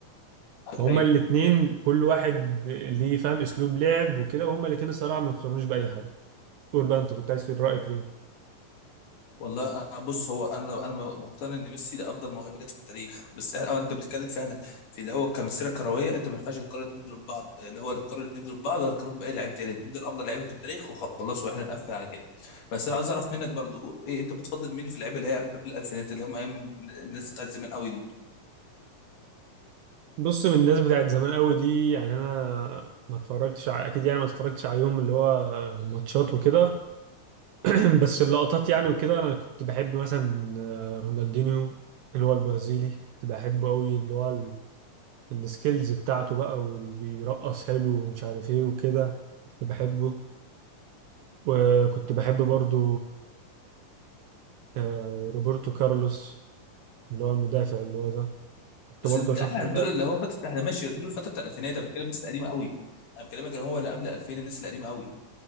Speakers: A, on the right; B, on the left.
A: فهما
B: أيوة.
A: الاتنين كل واحد ليه فاهم أسلوب لعب وكده وهما الاتنين الصراحة ما يقارنوش بأي حد قول بقى أنت كنت عايز تقول رأيك إيه
B: والله أنا- بص هو انا انا مقتنع ان ميسي ده افضل موهبه جت في التاريخ بس اه انت بتتكلم فعلا في اللي هو كمسيره كرويه انت ما ينفعش تقارن الاثنين دول ببعض اللي هو تقارن الاثنين دول ببعض ولا تقارن باي لعيب تاني الاثنين دول افضل لعيبه في التاريخ وخلاص واحنا نقفل على كده بس انا عايز اعرف منك برضو ايه انت بتفضل مين في اللعيبه اللي هي قبل الالفينات اللي هم ايام الناس بتاعت زمان قوي دي
A: بص من الناس بتاعت زمان قوي دي يعني أنا ما اتفرجتش ع... أكيد يعني ما اتفرجتش عليهم اللي هو ماتشات وكده <clears throat> بس اللقطات يعني وكده انا كنت بحب مثلا آه، رونالدينيو اللي هو البرازيلي كنت بحبه قوي اللي هو ال- السكيلز بتاعته بقى وبيرقص حلو ومش عارف ايه وكده كنت بحبه وكنت بحب برضو آه، روبرتو كارلوس اللي هو المدافع اللي هو ده كنت
B: بس
A: برضو
B: ده
A: اشوف
B: احنا دول
A: ال-
B: اللي هو فتره احنا ماشي دول فتره الالفينات انا بتكلم الناس القديمه قوي انا بكلمك اللي هو اللي قبل 2000 الناس القديمه قوي